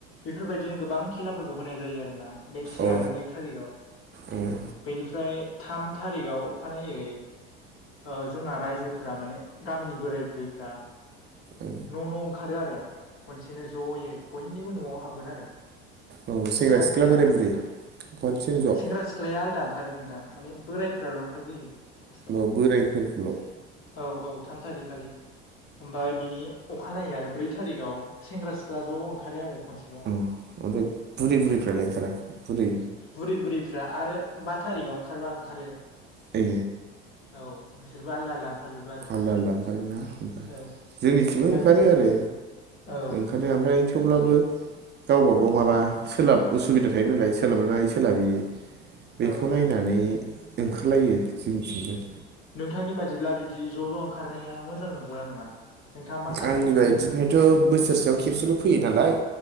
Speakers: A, on the left; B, on the right.
A: बेफोरबायदिनो गोबां खेलाफोरखौ होनाय जायो आरो ना बे से
B: अ
A: आरो नै थारिखआव
B: उम
A: बेनिफ्राय थाम थारिखआव अखानायै ओ जोंना रायजोफोरा माने गामिनि बोराय बुरैफ्रा
B: ओ
A: न' न' ओंखारो आरो खनसेनो ज'यै बयनिबो न'आव हाबगोन आरो
B: औ
A: बे
B: सेंग्रा
A: सानसेया
B: सिख्ला बोराय
A: ओम
B: बुरै खनसेनो ज' औ
A: सेंग्रा सिख्लाया आलादा ओंखारो नोंथां माने बोरायफोराल' ओंखारबोयो फार्स्टाव
B: औ बोरायफोरखौल' औ
A: औ औ थाम थारिकखालि ओमफ्राय बिनि अखानायै आरो ब्रै थारिख याव सेंग्रा सिख्ला ज' ओंखारो आरो खनसेबाव
B: औ ओमफ्राय बुरि बुरिफ्रालाय ओंखारा बुरै
A: बुरै बुरैफ्रा आरो बा थारिखाव ओंखारबा ओंखारो
B: ए
A: औ बिसोरबो आलदा आलदा ओंखारजोबो आरो
B: आलदा आलदा ओंखारो ना होनबा
A: औ
B: जोंनिथिंबो
A: ओमफ्राय
B: ओंखारो
A: बिदिनो
B: आरो
A: औ
B: ओंखारनाया ओमफ्राय थेवब्लाबो गावबा गाव माबा सोलाब उसुबिदा थायो नालाय सोलाबनाय सोलाबि बेखौ
A: औ
B: नायनानै ओंखारलायो जोंनिथिंबो
A: नोंथांनि बादिब्ला बिदि ज' ज' ओंखारनाया मोजां नंगौना नङा नोंथाङा मा सानो
B: आंनि
A: बेनि
B: बायदिनिथ'
A: बागै?
B: बोसोरसेयाव खेबसेल' फैयो नालाय